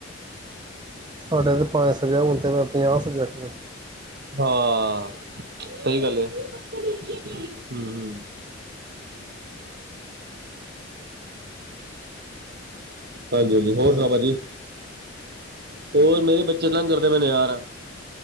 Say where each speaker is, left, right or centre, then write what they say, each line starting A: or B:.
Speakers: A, on the right; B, on the right.
A: ਸਾਡੇ ਤਾਂ ਪੰਜ ਸਬਜੈਕਟ ਹੁਣ ਤਾਂ ਮ ਪੰਜਾਹ ਸਬਜੈਕਟ ਨੇ।
B: ਹਾਂ ਸਹੀ ਗੱਲ ਹੈ ਹੂੰ, ਹਾਂਜੀ-ਹਾਂਜੀ ਹੋਰ
A: ਹੂੰ,
B: ਸੁਣਾਓ ਭਾਜੀ ਹੋਰ ਮੇਰੇ ਬੱਚੇ ਤੰਗ ਕਰਦੇ ਪਏ ਨੇ ਯਾਰ।